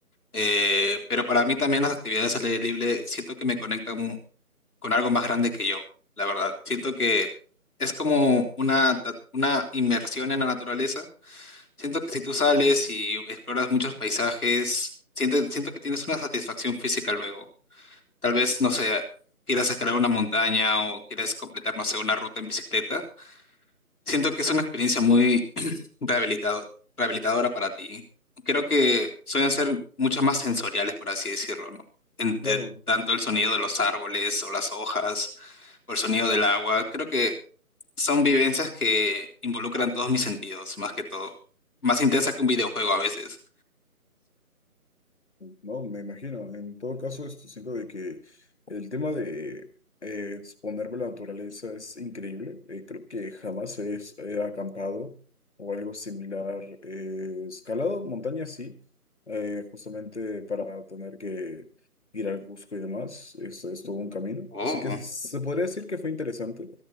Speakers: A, on the left; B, on the left.
A: Eh, pero para mí también las actividades al aire libre siento que me conectan con algo más grande que yo, la verdad. Siento que es como una, ta- una inmersión en la naturaleza. Siento que si tú sales y exploras muchos paisajes, siento, siento que tienes una satisfacción física luego. Tal vez, no sé, quieras escalar una montaña o quieras completar, no sé, una ruta en bicicleta. Siento que es una experiencia muy rehabilitado- rehabilitadora para ti. Creo que suelen ser mucho más sensoriales, por así decirlo, ¿no? Entre
B: Claro,
A: tanto el sonido de los árboles o las hojas o el sonido del agua. Creo que son vivencias que involucran todos mis sentidos, más que todo. Más intensa que un videojuego a veces.
B: No, me imagino. En todo caso, esto siento de que el tema de eh, exponerme a la naturaleza es increíble. Eh, creo que jamás he, es- he acampado o algo similar. Eh, escalado montañas sí, eh, justamente para tener que ir al Cusco y demás. Esto es todo un camino.
A: Oh,
B: Así que se podría decir que fue interesante.